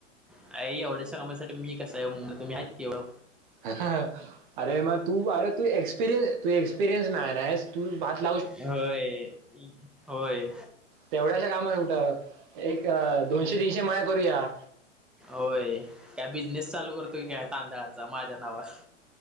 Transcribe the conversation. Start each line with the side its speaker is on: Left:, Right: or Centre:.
Centre: आहे एवढ्याश्या कामासाठी मी कस आहे मुंबईत तुम्ही आहेत की ओ
Right: हा हा अरे मग तू अरे तू एक्सपेरियस तू एक्सपेरियन्स मॅन आहेस तू च
Centre: व्हय व्हय
Right: तेवढ्याशा कामात कुठं एक दोनशे तीनशे मळ्या करूया
Centre: होय काय बिझनेस चालू करतो की काय तांदळाचा माझ्या नावावर.